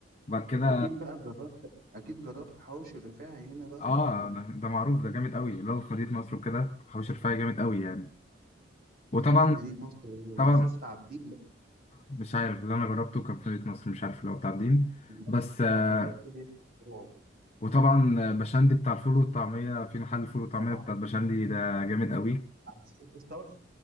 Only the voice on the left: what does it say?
بعد كده
اه
ده ده معروف ده جامد قوي اللي هو في مدينة نصر وكده حوش الرفاعي جامد قوي يعني وطبعا
طبعا
مش عارف اللي انا جربته كان في مدينة نصر مش عارف اللي هو بتاع الدين
بس آه
وطبعا بشندي بتاع الفول والطعمية في محل فول وطعمية
بتاع بشندي ده جامد قوي